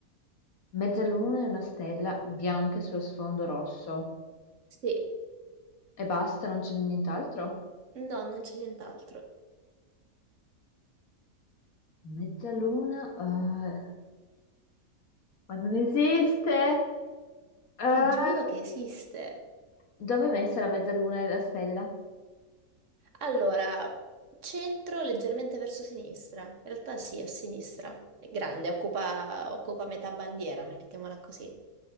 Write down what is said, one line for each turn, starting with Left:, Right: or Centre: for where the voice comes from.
Left: Mezzaluna è una stella bianca sullo sfondo rosso.
Right: Sì,
Left: E basta, non c'è nient'altro?
Right: no, non c'è nient'altro.
Left: Mezzaluna, eh, ma non esiste. Eh,
Right: Ti giuro che esiste.
Left: dove è messa la mezzaluna e la stella?
Right: Allora, centro leggermente verso sinistra. In realtà sì, a sinistra. È grande, occupa, occupa metà bandiera, mettiamola così.